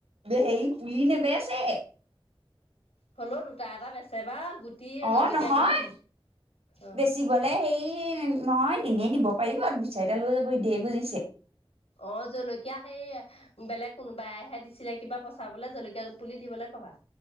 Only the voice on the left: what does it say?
হলেও দুটা এটা বেচে বা গুটি
জলকীয়া
গুটি অ',
অ জলকীয়া সেই বেলেগ কোনোবাইহে দিছিলে কিবা পচাবলৈ জলকীয়া পুলি দিবলৈ কবা